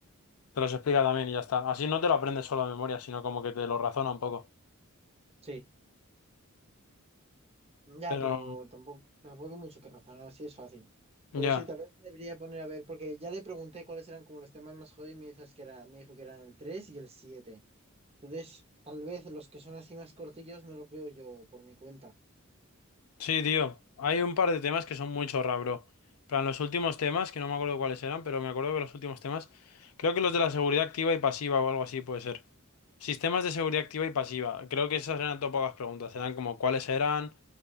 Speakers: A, on the left (about 85°); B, on the right (about 30°).
A: te los explica también y ya está. Así no te lo aprendes solo a memoria, sino como que te lo razona un poco.
B: sí. Ya,
A: Pero,
B: pero tampoco, tampoco hay mucho que razonar, así es fácil.
A: ya.
B: Pero sí, tal vez me debería poner a ver, porque ya le pregunté cuáles eran como los temas más jodidos y me dices que era, me dijo que eran el 3 y el siete Entonces, tal vez los que son así más cortillos me los veo yo por mi cuenta.
A: Sí, tío. Hay un par de temas que son muy chorra, bro. Plan, los últimos temas, que no me acuerdo cuáles eran, pero me acuerdo que los últimos temas, creo que los de la seguridad activa y pasiva o algo así puede ser. Sistemas de seguridad activa y pasiva. Creo que esas eran todo pocas preguntas. Eran como cuáles eran,